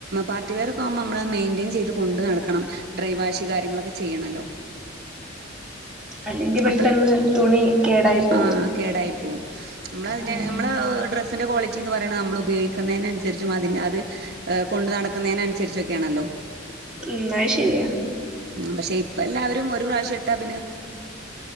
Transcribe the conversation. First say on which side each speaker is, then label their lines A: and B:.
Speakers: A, on the right; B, in the centre.
A: പാർട്ടിവെയറൊക്കെ ആമ്പോ നമ്മള് മെയിന്റെയിൻ ചെയ്ത് കൊണ്ട് നടക്കണം ഡ്രൈവാഷ് കാര്യങ്ങളൊക്കെ ചെയ്യണല്ലോ
B: അല്ലെങ്കി പെട്ടെന്ന്
A: അപ്പളേ
B: തുണി കേടായി പോവും
A: ആ കേടായിപ്പോകും നമ്മളയിൻ്റെ
B: ഉം
A: നമ്മള് ഡ്രസ് ൻ്റെ ക്വാളിറ്റി എന്ന് പറയണം നമ്മള് ഉപയോഗിക്ക്ന്നേന് അനുസരിച്ചും അതിൻ്റെ അത് ആ കൊണ്ടു നടക്കുന്നേനും അനുസരിച്ചൊക്കെ ആണല്ലോ
B: ഉം അത് ശരിയാ
A: പക്ഷെ ഇപ്പെ എല്ലാരും ഒരു പ്രാവശ്യ ട്ടാ പിന്നെ